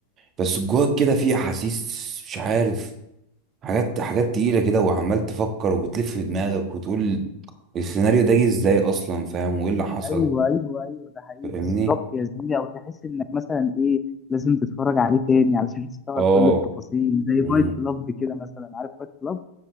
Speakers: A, on the right; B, on the left.
A: بس جواك كده في احاسيس مش عارف حاجات حاجات تقيله كده وعمال تفكر وبتلف في دماغك وتقول السيناريو ده جه ازاي اصلا فاهم وايه اللي حصل
B: ايوه ايوه ايوه ده حقيقي
A: فاهمني
B: بالظبط يا زميلي أو تحس إنك مثلا إيه لازم تتفرج عليه تاني علشان تستوعب
A: اه
B: كل التفاصيل زي
A: امم
B: فايت كلاب كده مثلا عارف فايت كلاب؟